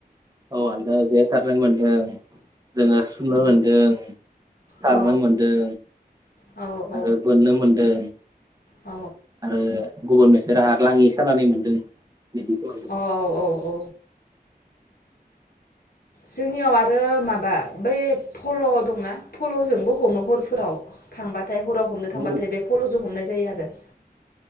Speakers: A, on the right (about 20°); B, on the left (about 70°).
A: औ आलदा जेसारनाय मोन्दों जोंङो सुनो
B: अ
A: मोनदों सारनो
B: औ
A: मोनदों
B: औ
A: आरो बोननो मोनदों
B: औ
A: आरो गुबुन मोन जेराहा लाङि सानानै मोनदों। बिदिखौ आरो
B: औ औ औ जोंनियाव आरो माबा बै फल दंना फलजोंबो हमो हरफोराव थांबा थाय हराव हमनो
A: औ
B: थांबाथाय बे फल जों हमनाय जायो आरो